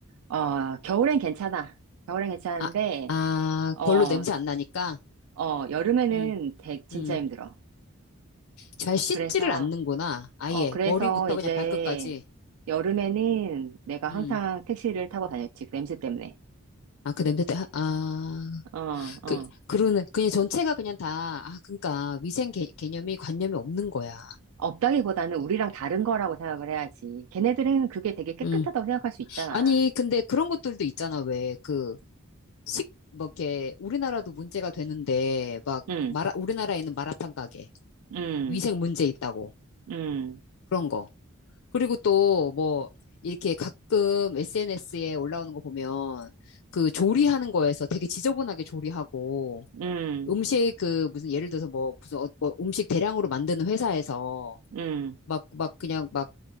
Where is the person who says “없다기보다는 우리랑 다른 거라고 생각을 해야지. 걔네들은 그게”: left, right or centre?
Right